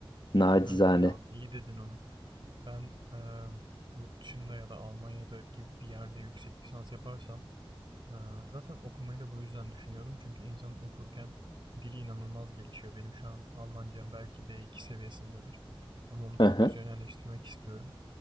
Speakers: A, on the left; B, on the right.
A: nacizane.
B: Evet ya iyi dedin onu. Ben eee, yurt dışında ya da Almanya'da gibi bir yerde yüksek lisans yaparsam eee, zaten okumayı da bu yüzden düşünüyordum. Çünkü insanın okurken dili inanılmaz gelişiyor. Benim şu an Almancam belki B2 seviyesindedir ama onu profesyonelleştirmek
A: Hı hı.
B: istiyorum.